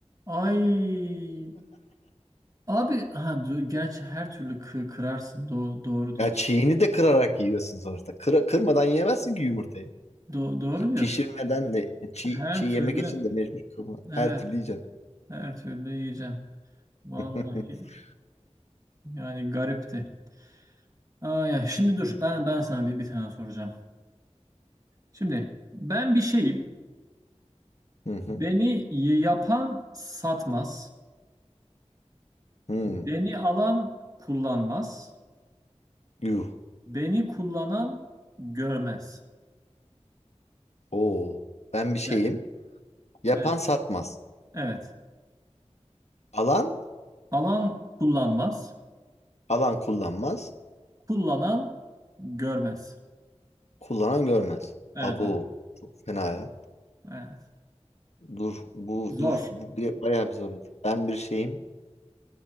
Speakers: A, on the right; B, on the left.
A: Ay abi ha du- gerçi her türlü kı- kırarsın. Do doğru diyorsun.
B: Ya çiğini de kırarak yiyorsun sonuçta. Kıra- kırmadan yemezsin ki yumurtayı.
A: Do doğru diyorsun.
B: Pişirmeden de çiğ,
A: Her
B: çiğ yemek
A: türlü
B: için de mecbur kırma.
A: evet
B: Her türlü yiyeceksin.
A: her türlü yiyeceğim. Vallahi
B: <laughs>
A: yani garipti. Aa, ya şimdi dur ben ben sana bir bir tane soracağım. Şimdi ben bir şeyim.
B: Hı hı.
A: Beni yapan satmaz.
B: Hı.
A: Beni alan kullanmaz.
B: Yuh.
A: Beni kullanan görmez.
B: Oo. Ben bir şeyim.
A: Evet.
B: Yapan
A: Evet.
B: satmaz.
A: Evet.
B: Alan,
A: Alan kullanmaz.
B: alan kullanmaz.
A: Kullanan görmez.
B: Kullanan görmez.
A: Evet
B: Abo.
A: abi.
B: Çok fena ya.
A: Evet.
B: Dur bu
A: Zor.
B: dur bu bir- bayağı bir zorladı. Ben bir şeyim.